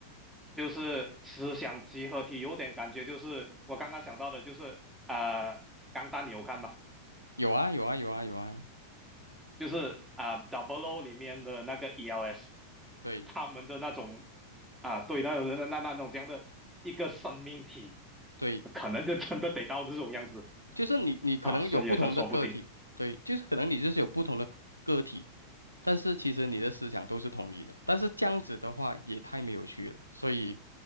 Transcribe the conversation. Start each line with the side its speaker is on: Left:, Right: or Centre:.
Centre: 就是思想集合体，有点感觉就是我刚刚想到的，就是呃，钢弹你有看吗？
Left: 有啊，有啊，有啊，有啊，
Centre: 就是啊，Double O 里面的那个 ELS，
Left: 对
Centre: 他们的那种啊，对，那种那那那种这样的一个生命体，
Left: 对。
Centre: 可能就真的得到这种样子
Left: 就是你你可能有不同的个体，
Centre: 啊，所以也真说不定，
Left: 对，就是可能你就是有不同的个体，但是其实你的思想都是统一的，但是这样子的话也太没有趣了，所以